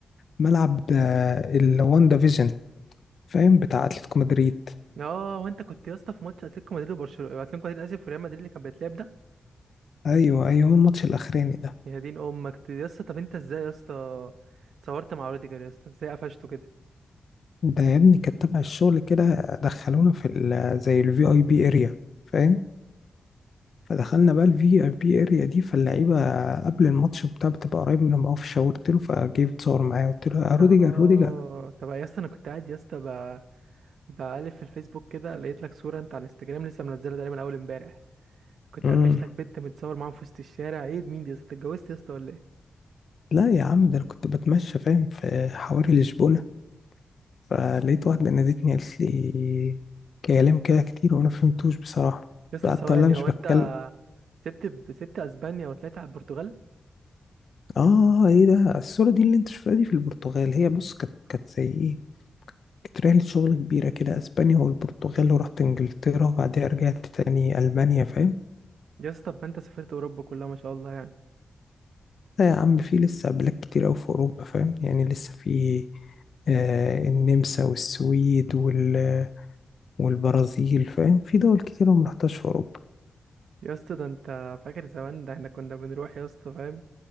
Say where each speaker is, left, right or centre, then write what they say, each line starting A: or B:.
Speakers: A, on the left; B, on the right.
A: ملعب الواندا فيجن فاهم بتاع اتلتيكو مدريد
B: اه وانت كنت يا اسطى في ماتش اتلتيكو مدريد وبرشلونه اتلتيكو مدريد اسف وريال مدريد اللي كان بيتلعب ده
A: ايوه ايوه هو الماتش الاخراني ده
B: يا دين امك يا اسطى طب انت ازاي يا اسطى اتصورت مع روديجر يا اسطى ازاي قفشته كده
A: ده يا ابني كانت تبع الشغل كده دخلونا في ال- زي الفي اي بي اريا فاهم فدخلنا بقى الفي اي بي اريا دي فاللعيبه قبل الماتش بتاع بتبقى قريب منهم قوي فشاورت له فجه يتصور معايا قلت له يا روديجر
B: اه
A: روديجر
B: طب يا اسطى انا كنت قاعد يا اسطى ب- بقلب في الفيسبوك كده لقيت لك صوره انت على الانستجرام لسه منزلها ده من اول امبارح كنت
A: امم
B: قافش لك بنت متصور معاها في وسط الشارع ايه ده، مين دي يا اسطى أنت اتجوزت يا اسطى ولا ايه
A: لا يا عم ده انا كنت بتمشى فاهم في حواري لشبونه فلقيت واحده نادتني قالت لي كلام كده كتير وانا فهمتوش بصراحه
B: يا اسطى
A: قعدت
B: ثواني
A: اقول لها مش
B: هو
A: بتكلم
B: انت سبت سبت اسبانيا وطلعت على البرتغال
A: اه ايه ده الصوره دي اللي انت شفتها دي في البرتغال هي بص كانت كانت زي ايه كانت رحلة شغل كبيرة كده أسبانيا والبرتغال ورحت إنجلترا وبعدها رجعت تاني ألمانيا فاهم
B: يا اسطى طب ما انت سافرت اوروبا كلها ما شاء الله يعني
A: لا يا عم في لسه بلاد كتير أوي في أوروبا فاهم يعني لسه في آه النمسا والسويد وال والبرازيل فاهم في دول كتير أنا مرحتهاش في أوروبا
B: يا اسطى ده انت فاكر زمان ده احنا كنا بنروح يا اسطى فاهم